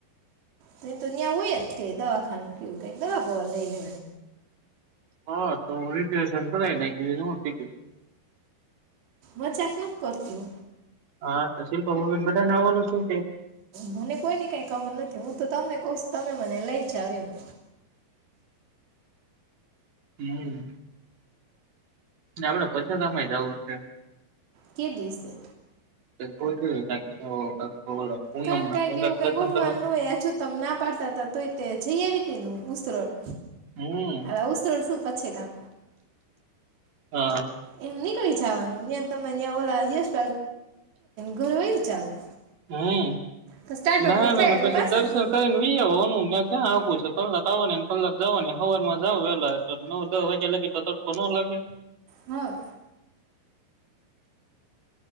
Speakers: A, on the right; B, on the right.
A: ત તન્યાં હોુંયત તે દ ખાન કે ઉ તો એકદમ અ બોવાલ રેલે
B: હા તો રિઝર્વેશન તોાય ટિકિટ
A: હ ચેકમાં કરતું.
B: હા તો શિલ્પ ભુબેન બધાનેવાનું છે કે.
A: મને કોઈની કઈ ખબર નથી હું તો તમને કહશ તમે મને લઈ. <unintelligible>
B: હમ્મ. આપડે પછા કય જવું છે.
A: કે દ છે.
B: <unintelligible> પૂનમ
A: કઈક
B: ના
A: કઈક
B: કેમ
A: એવું
B: કે
A: ક
B: દર્શન
A: ગોઠવાનું
B: કરવા
A: હોયછું તમ ના પાડતા હતા તો જઈ આવી ત ન ઉરોડ
B: હમ
A: એ ઉરોડ શું પછે ગામ
B: હા.
A: એમ નીકળી જવાનું યા તમે ત્યાં ઓલા યપ ઘરે વહી જવાનું.
B: હમ્મ
A: તો સ્ટાર્ટ
B: ના
A: ઉપર
B: ના
A: થાય એટલે
B: પછી
A: પાછું
B: દર્શન
A: ની-
B: કરીને ની આવાનું ક્યા કલાક આવો નેને કલાક જવા ને હવા માં જ પેલા નવ દ વાગ્યા લાગી તો તટકો ન લાગે.
A: હા.